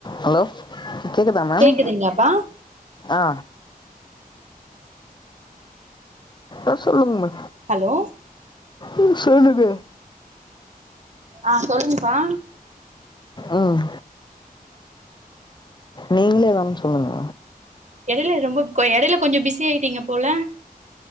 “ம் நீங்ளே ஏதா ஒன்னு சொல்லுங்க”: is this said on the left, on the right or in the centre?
Left